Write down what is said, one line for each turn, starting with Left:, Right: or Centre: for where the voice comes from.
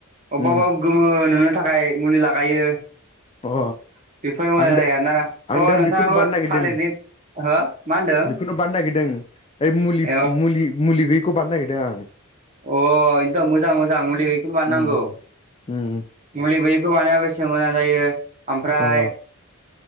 Right: अब्बा
Left: उम
Right: अब्बा गोमो नुनो थाखाय मुलि लागायो <inaudible>
Left: अ
Right: बेफोर मोजां
Left: आं दा
Right: जाया ना
Left: आं
Right: अ
Left: दा
Right: नोंथाङाबो
Left: बेखौनो बानायनो
Right: थालिरनि
Left: नागिरदों
Right: हो मा होनदों
Left: बेखौनो बारनो नागिरदों ओइ मुलि
Right: अ
Left: मुलि मुलि गैयैखौ बारनो नागिरदों आं।
Right: अ एकदम मोजां मोजां मुलि गैख बानोनांगौ।
Left: उम उम
Right: मुलि गैयैखौ बानाया बेसे मोजां जायो ओमफ्राय
Left: अ